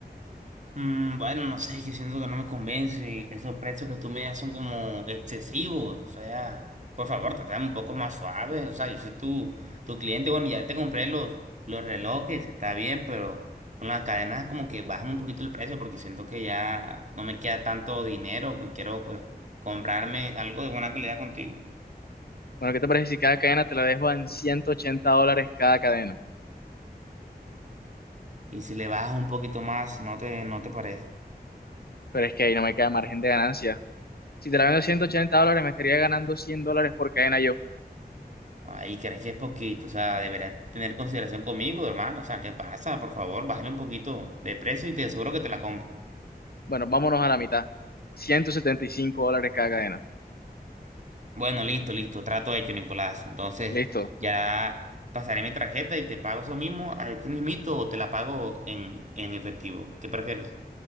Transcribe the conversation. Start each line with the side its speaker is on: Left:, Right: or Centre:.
Right: Mm, bueno, no sé, yo siento que no me convence. Esos precios que tú me das son como excesivos. O sea, por favor, trátame un poco más suave. O sea, yo soy tu, tu cliente. Bueno, ya te compré los, los relojes, está bien, pero con las cadenas como que bajamos un poquito el precio porque siento que ya no me queda tanto dinero y quiero pues comprarme algo de buena calidad contigo.
Left: Bueno, ¿qué te parece si cada cadena te la dejo en 180 dólares cada cadena?
Right: Y si le bajas un poquito más, ¿no te, no te parece?
Left: Pero es que ahí no me queda margen de ganancia. Si te la vendo en ciento ochenta dólares, me estaría ganando cien dólares por cadena yo.
Right: Ay, crees que es poquito, o sea, deberás tener consideración conmigo, hermano. O sea, ¿qué pasa? Por favor, bájale un poquito de precio y te aseguro que te la compro.
Left: Bueno, vámonos a la mitad. ciento setenta y cinco dólares cada cadena.
Right: Bueno, listo, listo, trato hecho, Nicolás. Entonces,
Left: Listo.
Right: ya pasaré mi tarjeta y te pago eso mismo aquí mismito o te la pago en, en efectivo. ¿Qué prefieres?